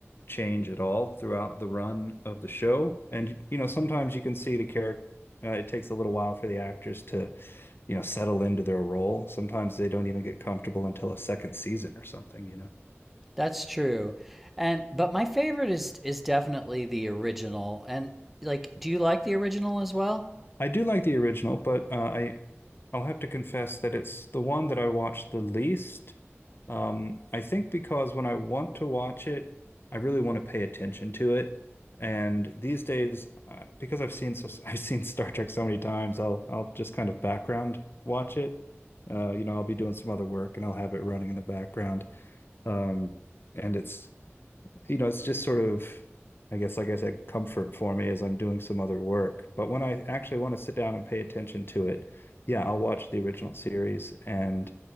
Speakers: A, on the left; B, in the centre.
A: change at all throughout the run of the show. And, you know, sometimes you can see the character, uh, it takes a little while for the actors to, you know, settle into their role. Sometimes they don't even get comfortable until a second season or something, you know.
B: That's true. And but my favorite is is definitely the original. And like, do you like the original as well?
A: I do like the original, but uh, I I'll have to confess that it's the one that I watch the least. Um, I think because when I want to watch it, I really want to pay attention to it. And these days, uh, because I've seen so <laughs> I've seen Star Trek so many times, I'll I'll just kind of background watch it. Uh, you know, I'll be doing some other work and I'll have it running in the background. Um, and it's you know, it's just sort of, I guess, like I said, comfort for me as I'm doing some other work. But when I actually want to sit down and pay attention to it, yeah, I'll watch the original series and,